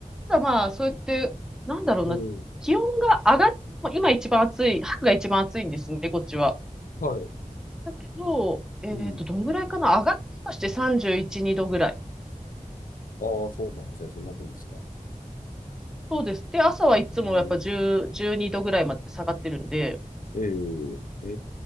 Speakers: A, in the centre; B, on the left (about 75°).
A: ただまあ、そうやって、なんだろうな、
B: うん。
A: 気温が上がっ、まあ今一番暑い、春が一番暑いんですね、こっちは。
B: はい。
A: だけど、えっと、
B: うん。
A: どんぐらいかな上がったとして31、2度ぐらい。
B: ああ、そうなんですね。そんな分ですか。
A: そうです。で、朝はいつもやっぱ10、
B: え
A: 12度ぐらいまで下がってるんで、
B: えええ